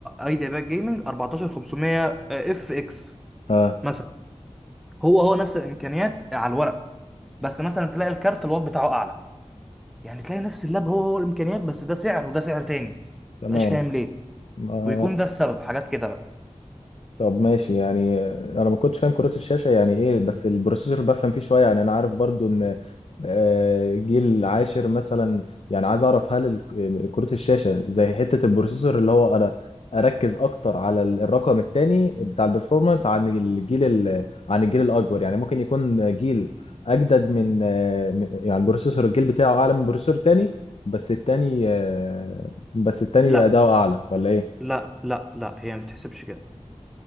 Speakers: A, in the centre; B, on the left.
A: ايديا باد جيمنج 14500 اف اكس
B: اه
A: مثلا. هو هو نفس الامكانيات على الورق بس مثلا تلاقي الكارت الوات بتاعه اعلى يعني تلاقي نفس اللاب هو هو الامكانيات بس ده سعر وده سعر تاني
B: تمام
A: مبقاش فاهم ليه
B: ما
A: ويكون ده السبب حاجات كده بقى
B: طب ماشي يعني انا ما كنتش فاهم كروت الشاشه يعني ايه بس البروسيسور بفهم فيه شويه يعني انا عارف برضو ان آه، جيل عاشر مثلا يعني عايز اعرف هل ال- كروت الشاشه زي حته البروسيسور اللي هو انا اركز اكتر على ال- الرقم الثاني بتاع البرفورمانس عن الجيل ال- عن الجيل الاكبر يعني ممكن يكون جيل اجدد من آه، من- يعني بروسيسور الجيل بتاعه اعلى من بروسيسور تاني بس التاني آه، بس التاني
A: لا
B: اداؤه اعلى ولا ايه
A: لا لا لا هي ما بتحسبش كده